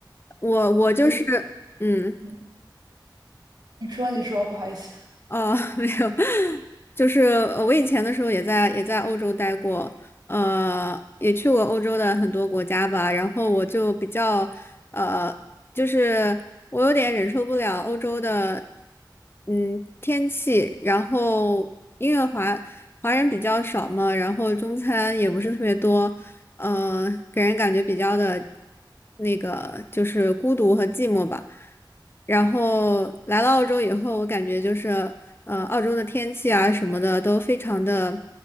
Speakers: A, on the left (about 30°); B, on the right (about 60°).
A: 我我就是，
B: 我
A: 嗯。
B: 嗯你说，你说，不好意思。
A: 哦，<laughs> 没有，就是呃我以前的时候也在也在欧洲待过，呃，也去过欧洲的很多国家吧。然后我就比较，呃，就是我有点忍受不了欧洲的，嗯，天气。然后因为华华人比较少嘛，然后中餐也不是特别多，呃，给人感觉比较的，那个就是孤独和寂寞吧。然后来了澳洲以后，我感觉就是，呃，澳洲的天气啊什么的都非常的、